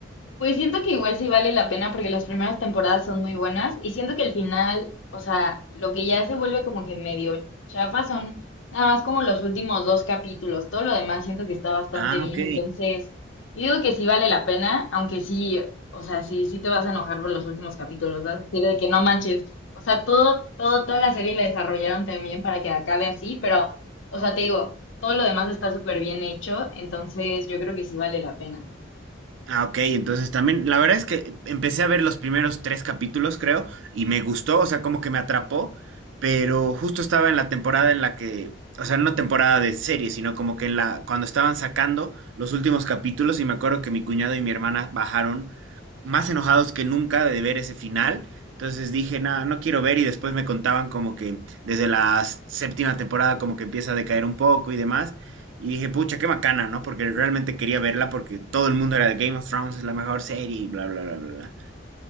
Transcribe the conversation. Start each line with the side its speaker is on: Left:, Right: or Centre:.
Left: Pues siento que igual sí vale la pena porque las primeras temporadas son muy buenas y siento que el final, o sea, lo que ya se vuelve como que medio chafa son nada más como los últimos dos capítulos. Todo lo demás siento que está bastante
Right: Ah,
Left: bien.
Right: ok.
Left: Entonces, yo digo que sí vale la pena, aunque sí, o sea, sí, sí te vas a enojar por los últimos capítulos. Vas a decir de que no manches. O sea, todo, todo, toda la serie la desarrollaron también para que acabe así, pero, o sea, te digo, todo lo demás está súper bien hecho. Entonces, yo creo que sí vale la pena.
Right: Ah, ok, entonces también, la verdad es que empecé a ver los primeros tres capítulos, creo, y me gustó, o sea, como que me atrapó, pero justo estaba en la temporada en la que, o sea, no temporada de serie, sino como que en la, cuando estaban sacando los últimos capítulos, y me acuerdo que mi cuñado y mi hermana bajaron más enojados que nunca de ver ese final. Entonces dije, nada, no quiero ver, y después me contaban como que desde la séptima temporada como que empieza a decaer un poco y demás. Y dije, pucha, qué bacana, ¿no? Porque realmente quería verla porque todo el mundo era de Game of Thrones, es la mejor serie y bla, bla, bla, bla. bla.